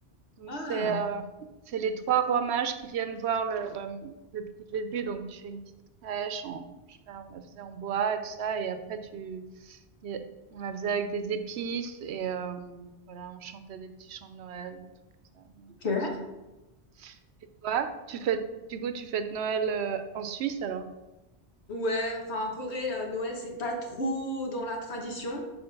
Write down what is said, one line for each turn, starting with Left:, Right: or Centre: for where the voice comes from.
Right: Donc
Left: Ah,
Right: c'est euh, c'est les trois rois mages qui viennent voir le, euh, le petit Jésus. Donc tu fais une petite crèche, en, je sais pas, on la faisait en bois et tout ça, et après tu et on la faisait avec des épices et euh, voilà, on chantait des petits chants de Noël, des trucs comme ça. Mais
Left: ok.
Right: c'était cool. Et toi, tu fais du coup tu fêtes Noël euh, en Suisse alors?
Left: Ouais, enfin en Corée, euh, Noël c'est pas trop dans la tradition.